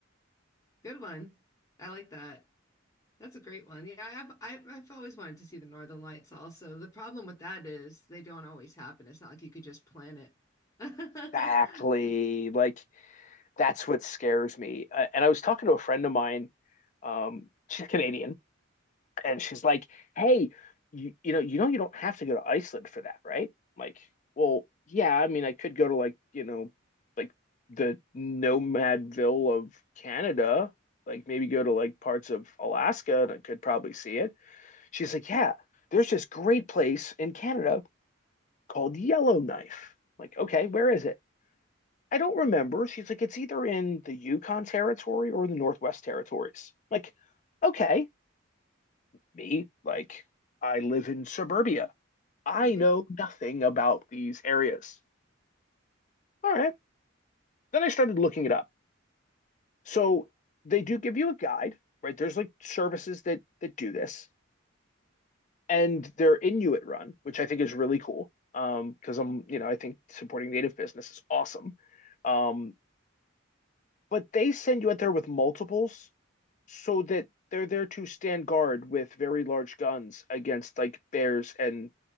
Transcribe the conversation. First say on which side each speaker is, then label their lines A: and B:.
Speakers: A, on the left; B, on the left.
A: Good one. I like that. That's a great one. Yeah, I have, I, I've always wanted to see the Northern Lights also. The problem with that is they don't always happen. It's not like you could just plan it. <laughs>
B: Exactly. Like that's what scares me. Uh, and I was talking to a friend of mine. Um, she's Canadian, And she's like, "Hey, you you know you know you don't have to go to Iceland for that, right?" I'm like, well, yeah. I mean, I could go to like you know, like the Nomadville of Canada. Like maybe go to like parts of Alaska, and I could probably see it. She's like, "Yeah, there's this great place in Canada called Yellowknife." I'm like, okay, where is it? I don't remember. She's like, it's either in the Yukon Territory or the Northwest Territories. I'm Like, okay me, like I live in suburbia. I
A: <laughs>
B: know nothing about these areas. All right. Then I started looking it up. So they do give you a guide, right? There's like services that that do this, and they're Inuit run, which I think is really cool. Um, because I'm, you know, I think supporting native business is awesome. Um, but they send you out there with multiples so that they're there to stand guard with very large guns against like bears and